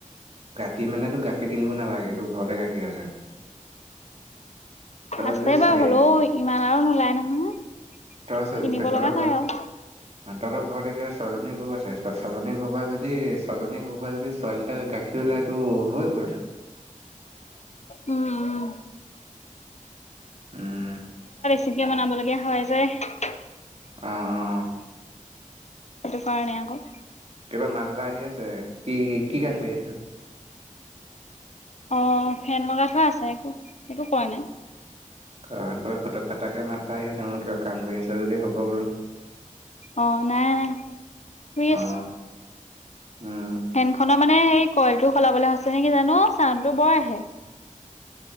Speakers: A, on the right; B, on the left.
A: গাখীৰ মানে তো গাখীৰ কিনিব নালাগে। তো ঘৰতে গাখীৰ আছে। তই
B: আছে
A: যদি
B: বাউ
A: চাৰি
B: হলৌ ইমান আৰু নোলাই নহয়।
A: তৰত
B: কিনিব
A: তহঁতৰ
B: লগা হয়
A: ঘৰত তহঁতৰ
B: আৰু
A: ঘ <unintelligible> ঘৰত এতিয়া ছজনী গৰু আছে। ছজনী গৰু পৰা যদি ছজনী গৰু পৰা যদি চই লিটাৰ কে গাখীৰ ওলাই টো অ হৈ গলচোন।
B: উম। উম
A: উম।
B: পিকে বনাব লগীয়া হয় যে। <unintelligible>
A: অঁ অঁ।
B: সেটো কাৰণে আকো।
A: কিবা মা দেতা আহি আছে। কি কি কাম কৰি আছ?
B: অ ফেন লগাই থোৱা আছে। একো একো কৰা নাই।
A: অ কিবা খটক খটাককে মাতটা আহি আছে ম কিবা কাম কৰি আছা যদি হ'ব বোলো।
B: অ নাই নাই শুই আছো।
A: অ উম
B: ফেনখনৰ মানে সেই কইলটো সলাবলে আছে নেকি জানো ছাউণ্ডটো বৰ আহে।